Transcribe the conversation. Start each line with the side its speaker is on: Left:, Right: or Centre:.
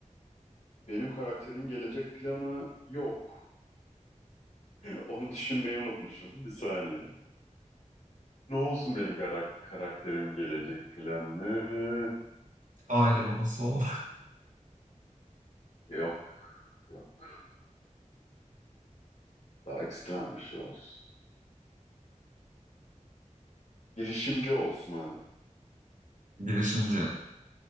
Left: benim karakterimin gelecek planı yok. <laughs> Onu düşünmeyi unutmuşum. Bir saniye. Ne olsun benim kara- karakterimin gelecek planı?
Right: Aile babası ol.
Left: Yok, yok. Daha ekstrem bir şey olsun. Girişimci olsun hadi.
Right: <laughs> Girişimci.